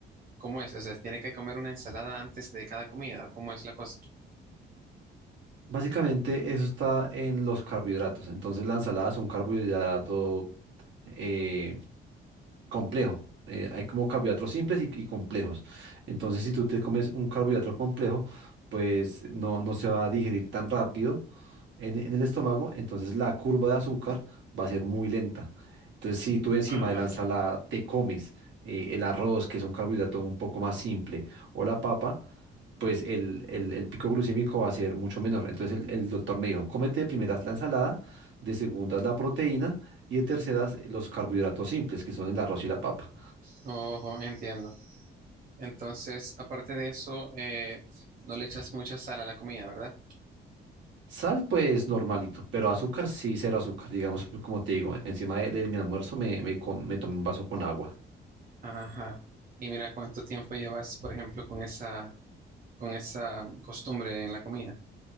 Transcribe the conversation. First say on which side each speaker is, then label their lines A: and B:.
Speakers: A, on the right; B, on the right.
A: cómo es? O sea, ¿tiene que comer una ensalada antes de cada comida? ¿Cómo es la cosa?
B: Básicamente, eso está en los carbohidratos. Entonces, la ensalada es un carbohidrato eh, complejo. Eh, hay como carbohidratos simples y, y complejos. Entonces, si tú te comes un carbohidrato complejo, pues no, no se va a digerir tan rápido en, en el estómago, entonces la curva de azúcar va a ser muy lenta. Entonces, si tú encima
A: Ajá.
B: de la ensalada te comes eh, el arroz, que es un carbohidrato un poco más simple, o la papa, pues el, el- el pico glucémico va a ser mucho menor. Entonces el, el doctor me dijo, cómete de primeras la ensalada, de segundas la proteína y de terceras eh, los carbohidratos simples, que son el arroz y la papa.
A: Ojo, entiendo. Entonces, aparte de eso, eh, no le echas mucha sal a la comida, ¿verdad?
B: Sal, pues normalito, pero azúcar sí, cero azúcar. Digamos, pues, como te digo, encima de, de mi almuerzo me, me, com- me tomé un vaso con agua.
A: Ajá. Y mira cuánto tiempo llevas, por ejemplo, con esa, con esa costumbre en la comida.